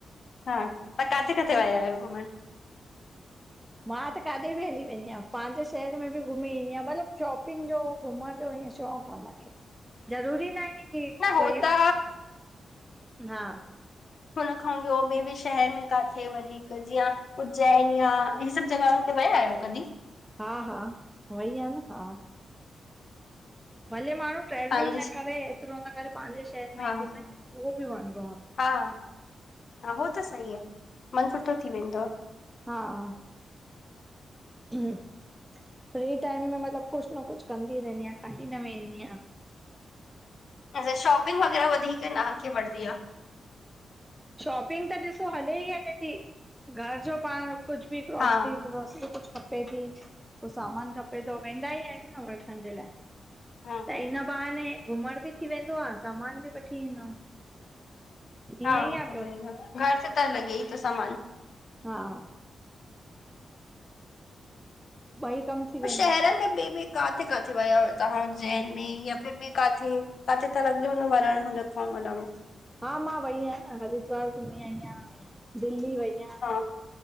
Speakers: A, on the left (about 45°); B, in the centre.
A: हा, तवां काथे काथे वया
B: आहे
A: आहियो घुमण?
B: मां त काॾे बि हली वेंदी आहियां, पाहिंजे शहर में बि घुमी ईंदी आयां, मतिलबु शॉप पिंग जो, घुमण जो, इयं शौक़ु आ मांखे, ज़रूरी न आहे कि
A: न हो
B: कोई
A: त
B: हा
A: हुन खां ॿियो बि शहर में काथे वरी कजे आ, जीअं उज्जैन या हे सबु जगहुनि ते वया आहियो? कॾहिं
B: हा हा वई आं न हा। भले माण्हू ट्रेवलिंग
A: पंहिंजे
B: न करे एतिरो न करे पांहिंजे शहर
A: हा
B: में ही
A: हा
B: घुमे उहो बि वणंदो आ।
A: हा। हा हो त सही आ मन सुठो थी वेंदो आ।
B: हा। हम्म। फ्री टाइम में मतिलबु कुछ न कुछ कंदी रहंदी आं, खाली न वेंदी आं।
A: अच्छा शॉपिंग वगैरह वधीक तव्हांखे वढदी आ।
B: शॉपिंग त ॾिसो हले ई हले थी घर जो पाण कुछ बि ग्रोसरी
A: हा
B: व्रोसरी कुछ खपे थी, पो सामानु खपे थो वेंदा ई आहियूं न वठण जे लाइ।
A: हा
B: त हिन बहाने घुमण बि थी वेंदो आ, सामान बि वठी ईंदम।
A: हा
B: ईअं
A: हो
B: ई आ।
A: घर जो त लॻे ई तो सामान।
B: हा। ॿई कम थी वेंदा
A: शहरनि
B: आहिनि
A: में ॿे बि काथे काथे वयव तवां उज्जैन में या ॿे बि काथे? काथे त लॻयो न वरण हूंनखउं मतलब
B: हा मां वई आहियां न हरिद्वार घुमी आई आयां, दिल्ली वई आयां।
A: हा